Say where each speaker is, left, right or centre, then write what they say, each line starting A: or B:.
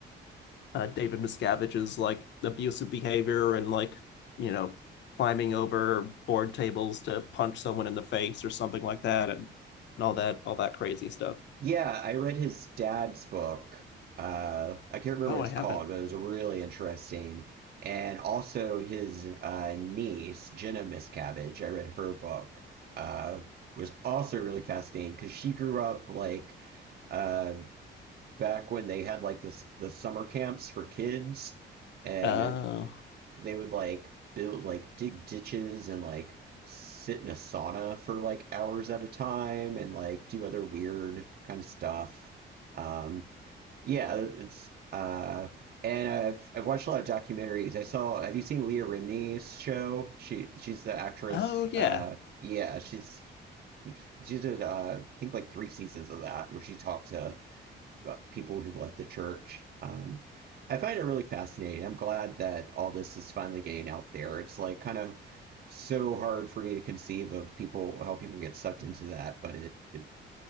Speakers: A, on the left; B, on the right.
A: uh, David Miscavige's like abusive behavior and like you know climbing over board tables to punch someone in the face or something like that and, and all that all that crazy stuff.
B: Yeah, I read his dad's book. Uh, I can't remember
A: Oh,
B: what it's
A: I haven't.
B: called, but it was really interesting. And also his uh, niece, Jenna Miscavige. I read her book. Uh, was also really fascinating because she grew up like uh, back when they had like this the summer camps for kids, and
A: Uh,
B: they would like build like dig ditches and like sit in a sauna for like hours at a time and like do other weird kind of stuff. Um, yeah, it's uh, and I've I've watched a lot of documentaries. I saw. Have you seen Leah Remini's show? She she's the actress.
A: oh yeah,
B: Uh, yeah, she's she did uh, I think like three seasons of that where she talked to uh, people who left the church. Um, I find it really fascinating. I'm glad that all this is finally getting out there. It's like kind of so hard for me to conceive of people how people get sucked into that, but it it